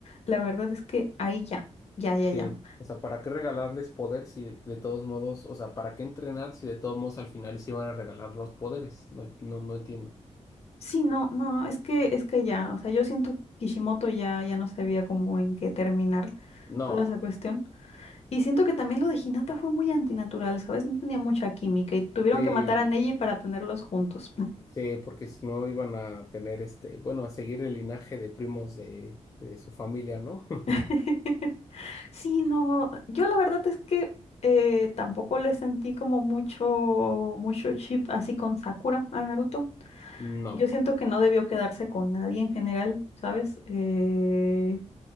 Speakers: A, on the left; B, on the left.
A: la verdad es que ahí ya, ya, ya,
B: Sí.
A: ya.
B: O sea, ¿para qué regalarles poder si de todos modos, o sea, ¿para qué entrenar si de todos modos al final se iban a regalar los poderes? No, no, no entiendo.
A: Sí, no, no, no, es que, es que ya, o sea, yo siento que Kishimoto ya, ya no sabía cómo en qué terminar
B: No,
A: toda esa cuestión. Y siento que también lo de Hinata fue muy antinatural, ¿sabes? No tenía mucha química y tuvieron
B: sí,
A: que matar
B: no.
A: a Neji para tenerlos juntos.
B: Sí, porque si no iban a tener este, bueno, a seguir el linaje de primos de, de su familia, ¿no? <laughs>
A: <laughs> Sí, no, yo la verdad es que eh, tampoco le sentí como mucho, mucho chip así con Sakura a Naruto.
B: No.
A: Yo siento que no debió quedarse con nadie en general, ¿sabes? Eh,